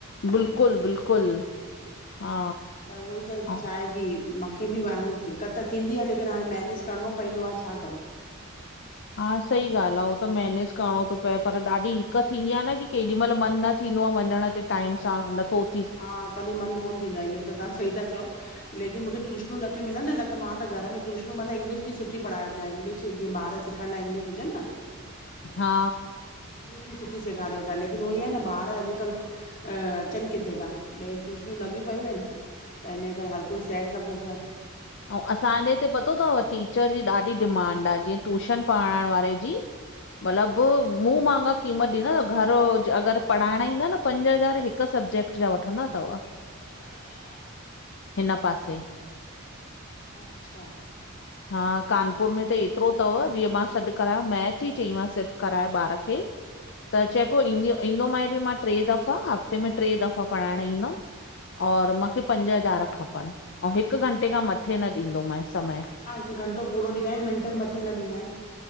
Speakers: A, on the left; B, on the left.
A: त
B: बिल्कुलु बिल्कुलु हा
A: उहोई त
B: हा
A: छा हे कि मंखे बि हाणे दिक्क़त त थींदी आ लेकिन हाणे मेनेज करिणो पवंदो आ छा करूं।
B: हा सही ॻाल्हि आ उह त मेनेज करिणो थो पए पर ॾाढी दिक्कत थींदी आ न कि केॾी मइल मन न थींदो आ वञण ते टाइम सां नथो उ
A: हा कॾहिं मन कोन थींदो आहे, इहो त तहां सही था चओ लेकिन मूंखे ट्यूशनू न थ्यूं मिलन त मां त घर में ट्यूशनूं, मां त इंग्लिश बि सुठी पढ़ाय वठा आ, इंग्लिश जीअं ॿार सिखण लाइ इंगलिश हुजन न।
B: हा
A: इंगलिश बि सुठी सेखारे वठां लेकिन उहो ई आ न ॿार अॼुकल्ह अ अचनि किथे था, ॿे हंद ट्यूशनूं लॻियूं पयूं आहिन। त इनये करे हर कोई सैट लॻो पियो आ।
B: अंउ असांजे हिते पतो थव टीचर जी ॾाढी डिमांड आ जीअं टूशन पढ़ाइण वारे जी। मतलब मु मांगा क़ीमत ॾींदा तव, घर अगरि पढ़ाइण ईंदा न पंज हज़ार हिक हिक सब्जेक्ट जा वठंदा थव।
A: ह <unintelligible>
B: हिन पासे।
A: अच्छा।
B: हा कानपुर में त एतिरो तव, जीअं मां सॾु करायो, मैथ ही चई मांस सिर्फ़ कराए ॿार खे
A: ह <inaudible>
B: त चए पियो ईंदी ईंदोमाए बि मां ट्रे दफ़ा, हफ़्ते में ट्रे दफ़ा पढ़ाइणु ईंदमि और मांखे पंज हज़ार खपनि, अंउ हिकु घंटे खां मथे न ॾींदोमय समय।
A: हिक घंटो पूरो ॾिंदा आहिन, मिंट मथे न ॾींदा आहिन।